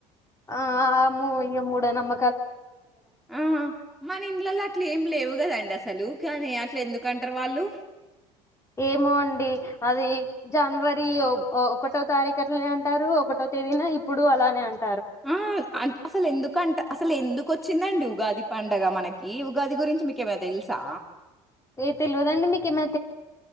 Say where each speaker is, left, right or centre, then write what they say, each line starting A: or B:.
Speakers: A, on the left; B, in the centre.
A: ఆ ఆమ ఇం మూవి చెప్త నమ్మ
B: ఆ మన ఇండ్లలో అట్లు ఏం లేవు కదండి అసలు అసలు కానీ అట్ల ఎందుకు అంటరు వాళ్ళు
A: ఏమో అండి అది జనవరి ఒకటో తారీఖు అట్లనే అంటారు ఒకటో ఒకేదినా ఇప్పుడు అలానే అన్
B: ఆ అ అసలు ఎందుకంట అసలు ఎందుకు వచ్చిందండి ఉగాది పండగ మనకి ఉగాది గురించి మీకేమైనా తెలుసా.
A: ఏ తెలువద అండి మీకిమె